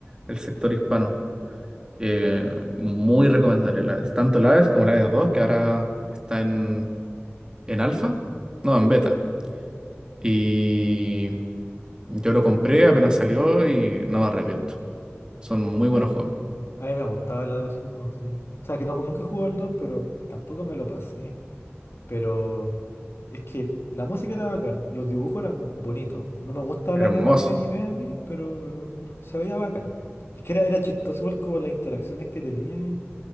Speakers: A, on the right; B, on the left.
A: el sector hispano. Eh, muy recomendable, la- tanto la AES como la AES dos que ahora está en, en alfa, no, en beta. Y yo lo compré, apenas salió y no me arrepiento. Son muy
B: A,
A: buenos juegos.
B: a mí me gustaba el Hades 1, sí. O sea, que no, nunca jugué al 2 pero tampoco me lo pasé. Pero es que la música era bacán, los dibujos eran bonitos. No me gusta
A: Hermoso.
B: la temática anime a mí, pero, pero se veía bacán. Es que era, era chistoso igual como las interacciones que tenía. y-